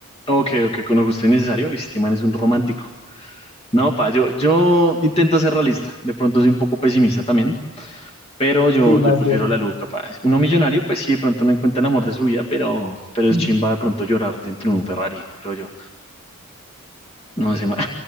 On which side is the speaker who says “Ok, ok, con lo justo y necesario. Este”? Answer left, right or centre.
Left